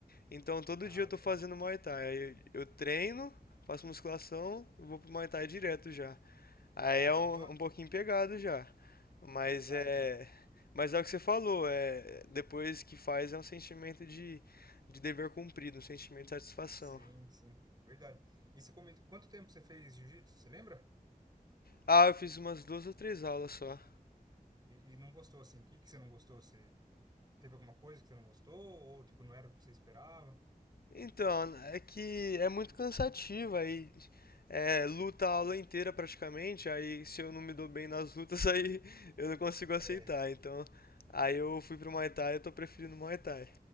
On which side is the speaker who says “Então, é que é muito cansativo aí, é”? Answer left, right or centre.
Left